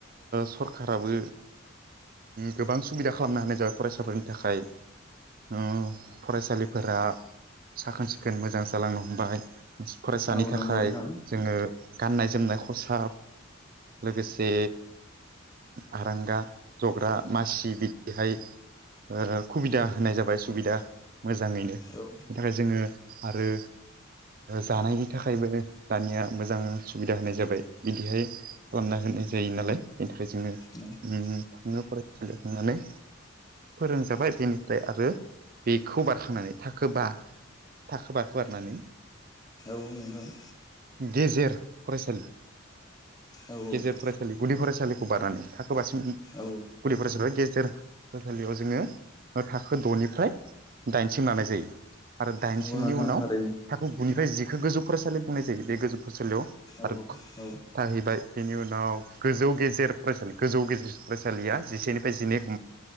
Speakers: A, on the right; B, on the left.
A: सरखाराबो। गोबां सुबिदा खालामना होनाय जाबाय फरायसाफोरनि थाखाय। ओ फरायसालिफोरा साखोन सिखोन मोजां जालांनो हमबाय। फरायसानि
B: औ
A: थाखाय
B: नंगौ नोंथां
A: जोंङो गाननाय जोमनाय खसाब। लोगोसे। आरांगा जग्रा मासि बिदिहाय ओ सुबिदा होनाय जाबाय सुबिदा मोजांङैनो
B: औ
A: बेनि थाखाय जोंङो आरो जानायनि थाखायबो दानिया मोजां सुबिदा होनाय जाबाय। बिदिहाय खालामना होनाय जायो नालाय जोंङो
B: नों
A: थांङो फरायसालियाव थांनानै फोरोंजाबाय बेनिफ्राय आरो बेखौ बारखांनानै थाखोबा। थाखो बाखौ बाखारनानै
B: औ नोंथां।
A: गेजेर फरायसालि।
B: औ औ
A: गेजेर फरायसालि गुदि फरायसालिखौ बारनानै थाखोबासिम गुदि
B: औ
A: फरायसालियाव गेजेर फरायसालियाव जोंङो थाखो दनिफ्राय दाइनसिम लानाय जायो आरो दाइनसिमनि
B: नंगौ नोंथां
A: उनाव
B: थारैनो
A: थाखो गु जिखौ गोजौ फरायसालि बुंनाय जायो बे गोजौ फरायसालियाव
B: औ
A: आरो
B: औ
A: थाहैबाय बेनि उनाव गोजौ गेजेर फरायसालि गोजौ गेजेर फरायसालिया जिसेनिफ्राय जिनै